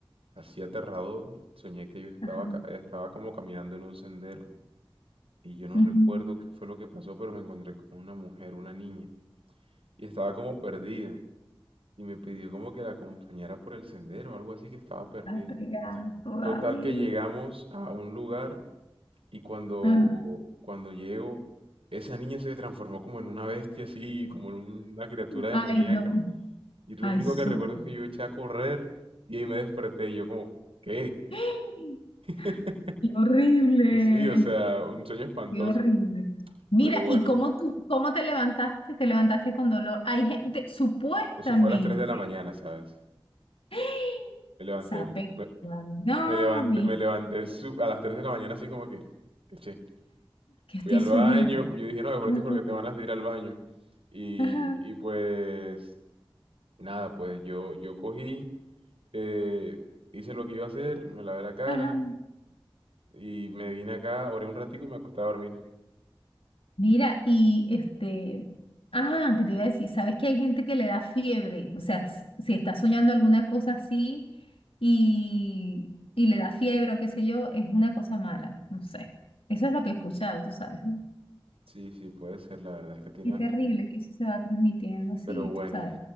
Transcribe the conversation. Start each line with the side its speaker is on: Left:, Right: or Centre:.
Right: así aterrador, soñé que yo estaba,
Left: Ajá.
Right: ca- estaba como caminando en un sendero y yo no
Left: ujú.
Right: recuerdo qué fue lo que pasó, pero me encontré con una mujer, una niña, y estaba como perdida y me pidió como que la acompañara por el sendero, algo así que estaba perdida.
Left: La pegada todavía.
Right: Total que llegamos a un lugar y cuando,
Left: Ajá.
Right: cuando llego... Esa niña se transformó como en una bestia así, como en una criatura demoníaca.
Left: Ay, no.
Right: Y lo
Left: Ay,
Right: único
Left: su.
Right: que recuerdo es que yo eché a correr y ahí me desperté y yo como, ¿qué?
Left: <laughs>
Right: <laughs>
Left: Qué horrible,
Right: Pues sí, o sea, un sueño espantoso.
Left: qué horrible. Mira,
Right: Pero bueno,
Left: ¿y cómo tú, cómo te levantaste? Te levantaste con dolor. Hay gente, supuestamente,
Right: eso fue a las 3 de la mañana, ¿sabes?
Left: <gasps>
Right: Me levanté,
Left: sape.
Right: me,
Left: No,
Right: me levanté,
Left: mi,
Right: me levanté su- a las 3 de la mañana así como que, eché
Left: que
Right: fui
Left: estoy
Right: al
Left: soñando.
Right: baño. Yo dije, no, de pronto
Left: Ajá,
Right: es porque te van a ir al baño. Y,
Left: ajá,
Right: y pues, nada, pues yo, yo cogí, eh, hice lo que iba a hacer, me lavé la cara
Left: ajá.
Right: y me vine acá, oré un ratico y me acosté a dormir.
Left: Mira, y este, ah, qué te iba a decir, sabes que hay gente que le da fiebre, o sea, s- si está soñando alguna cosa así y, y le da fiebre o qué sé yo, es una cosa mala, no sé. Eso es lo que he escuchado, tú sabes, ¿no?
Right: Sí, sí, puede ser, la verdad es que tiene
Left: Qué
Right: bastante.
Left: terrible que eso se va transmitiendo así,
Right: Pero bueno,
Left: tú sabes.